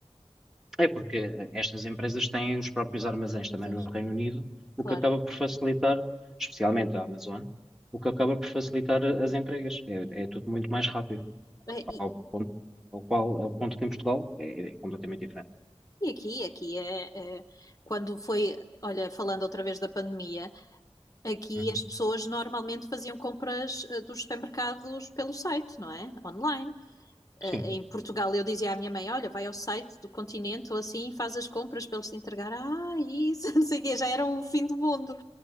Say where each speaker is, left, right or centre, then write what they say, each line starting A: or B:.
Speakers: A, in the centre; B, on the left.
A: É porque eh, estas empresas têm os próprios armazéns também
B: Mas,
A: no Reino Unido, o
B: Claro.
A: que acaba por facilitar, especialmente a Amazon, o que acaba por facilitar eh, as entregas. É, é tudo muito mais rápido.
B: É, E,
A: Ao ponto, ao qual, ao ponto que em Portugal é, é completamente diferente.
B: e aqui, aqui é, é- quando foi, olha, falando outra vez da pandemia, aqui
A: Uhum.
B: as pessoas normalmente faziam compras eh, dos supermercados pelo site, não é? Online. eh,
A: Sim,
B: em Portugal eu dizia à minha mãe: Olha, vai ao site do Continente ou assim e faz as compras para eles te entregar. Ah, isso, <laughs> não sei o quê, já era o fim do mundo,